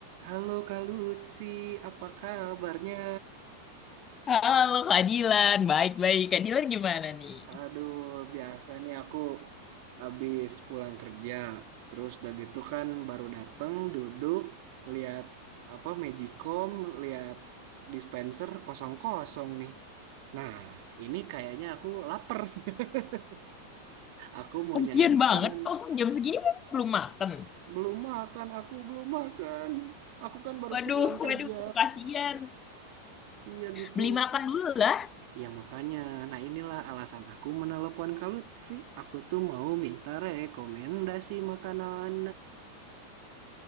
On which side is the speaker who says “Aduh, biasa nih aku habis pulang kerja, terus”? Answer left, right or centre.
Right